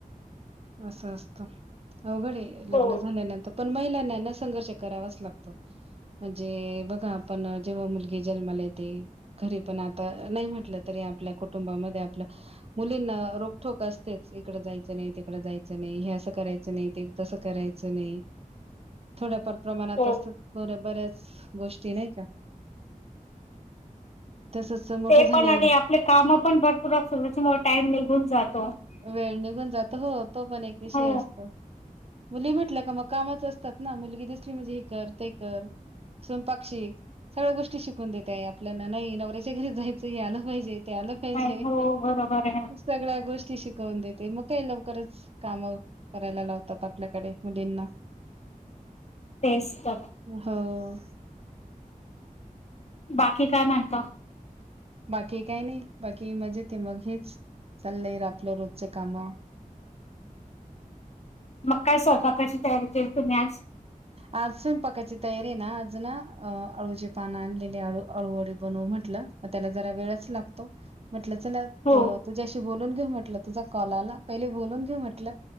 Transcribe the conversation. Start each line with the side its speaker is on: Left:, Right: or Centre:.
Right: असं असत अवघड आहे लग्न
Left: हो
Right: झाल्यानंतर पण महिलांना संघर्ष करावाच लागतो म्हणजे बघा आपण जेव्हा मुलगी जन्माला येते घरी पण आता नाही म्हटलं तरी आपल्या कुटुंबामध्ये आपल्या मुलींना रोखटोक असतेच इकड जायचं नाही तिकड जायचं नाही हे असं करायच नाही ते तसं करायचं नाही थोडफार प्रमाणात
Left: हो.
Right: असत बऱ्याच गोष्टी नाही का. तसच मोठं
Left: ते
Right: झाल्यावर
Left: पण आणि आपले काम पण भरपूर सुर टाइम निघून जात
Right: वेळ निघून जात हो तो पण एक विषय
Left: हो
Right: असतो मुली म्हटल्या का मग कामाच असतात ना मुलगी दिसली म्हणजे हे कर ते कर स्वयंपाक शिक सगळ्या गोष्टी शिकून देतय आपल्याला नाही नवऱ्याच्या घरी जायचं आलं पाहिजे ते आलं पाहिजे
Left: नाही हो बरोबर आहे
Right: सगळ्या गोष्टी शिकवून देते मग काही लवकरच काम करायला लावतात आपल्याकडे मुलींना
Left: तेच तर.
Right: हो <inaudible>
Left: बाकी काय म्हणत
Right: बाकी काही नाही बाकी मजेत हाय मग हेच चाललंय आपलं रोजच काम
Left: मग काय स्वतः कशी तयारी केल तुम्ही आज
Right: आज स्वैपाकची तयारी ना आज ना अळूचे पान आणलेली अळूवडी बनवू म्हटलं मग त्याला जरा वेळच लागतो म्हटलं चल
Left: हो
Right: तुझ्याशी बोलून घेऊ म्हट तुझा कॉल आला पहिले बोलून घेऊ म्हटलं